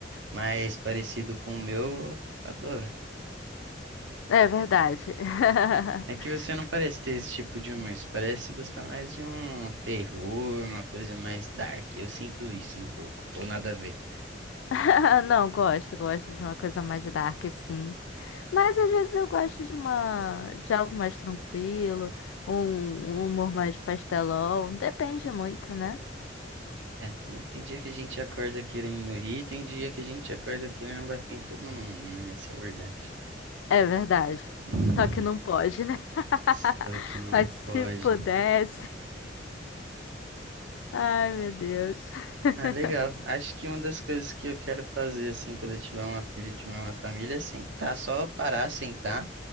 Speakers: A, on the right (about 70°); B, on the left (about 85°).
A: mais parecido com o meu, adora.
B: é verdade. <laughs>
A: É que você não parece ter esse tipo de humor, você parece gostar mais de um terror, uma coisa mais dark. Eu sinto isso um pouco, ou nada a ver.
B: <laughs> Não, gosto, gosto de uma coisa mais dark, sim. Mas às vezes eu gosto de uma, de algo mais tranquilo, um, um humor mais pastelão. Depende muito, né?
A: É, te- tem dia que a gente acorda querendo rir, tem dia que a gente acorda querendo bater em todo mundo, né? Essa é a verdade.
B: É verdade.
A: <laughs>
B: Só que não pode, né? <laughs>
A: Só que não
B: Mas se
A: pode.
B: pudesse. <laughs> Ai, meu Deus.
A: Ah,
B: <laughs>
A: legal. Acho que uma das coisas que eu quero fazer, assim, quando eu tiver uma filha, tiver uma família, é sentar, só parar, sentar,